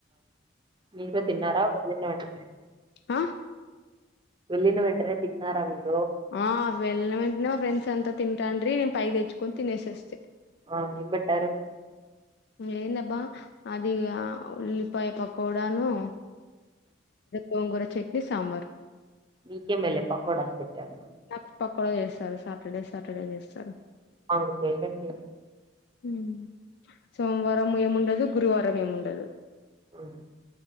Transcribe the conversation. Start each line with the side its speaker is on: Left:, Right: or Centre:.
Right: మీరు తిన్నారా వండిన వెంటనే
Left: ఆ
Right: వెళ్లిన వెంటనే తిన్నార మీరు
Left: ఆ వెెళ్లిన వెంటనే మా ఫ్రెండ్సమ్త తింటాంట్రి నేను పైకి తెచ్చుకొని తినేసేశా
Right: ఆ ఏం బేట్టారు
Left: ఏందబ్బా అది ఉల్లిపాయ పకోడను గొంగూర చట్నీ సాంబార్
Right: నీకే మేలే పకోడ ఏసి పెట్టారు
Left: నాకు పకోడా చేస్తారు సాటర్డే సాటర్డే చేస్తారు
Right: వాడు చేయడండి
Left: ఊ సోమవారం ఏముండదు గురువారం ఏముండదు
Right: హ్మ్.